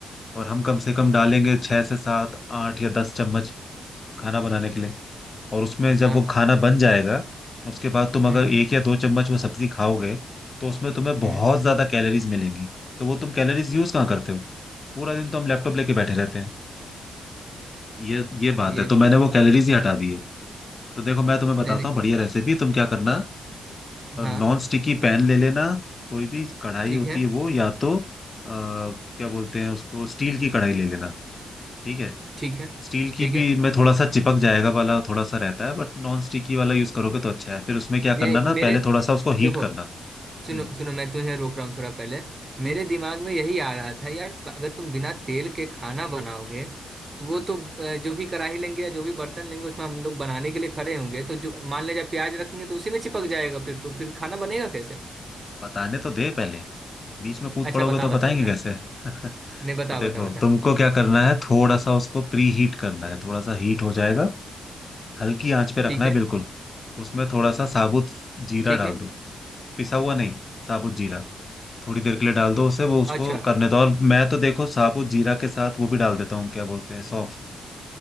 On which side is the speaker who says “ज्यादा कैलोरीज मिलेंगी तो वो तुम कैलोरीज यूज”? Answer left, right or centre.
Left